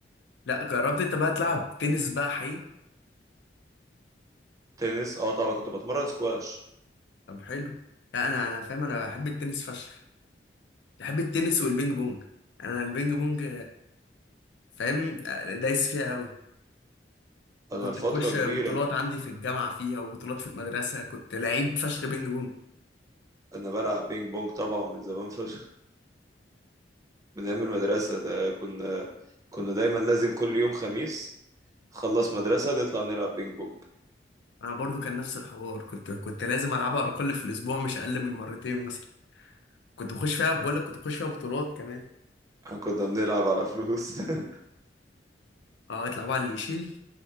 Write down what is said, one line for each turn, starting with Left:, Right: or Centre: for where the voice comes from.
Left: لا جربت انت بقى تلعب تنس بقى حقيقي
Right: تنس اه طبعا كنت بتمرن سكواش
Left: طب حلو لا انا انا فاهم انا بحب التنس فشخ بحب التنس والبينج بونج انا البينج بونج فاهم دايس فيها قوي وكنت
Right: انا لفترة
Left: بخش
Right: كبيرة
Left: بطولات عندي في الجامعة فيها وبطولات في المدرسة كنت لعيب فشخ بينج بونج
Right: انا بلعب بينج بونج طبعا من زمان فشخ من ايام المدرسة ده كنا كنا دايما لازم كل يوم خميس خلص مدرسة نطلع نلعب بينج بونج
Left: أنا برضو كان نفس الحوار كنت كنت لازم ألعبها على الأقل في الأسبوع مش أقل من مرتين مثلا كنت بخش فيها بقول لك كنت بخش فيها بطولات كمان
Right: كنا بنلعب على فلوس <laughs>
Left: اه اطلع بقى اللي يشيل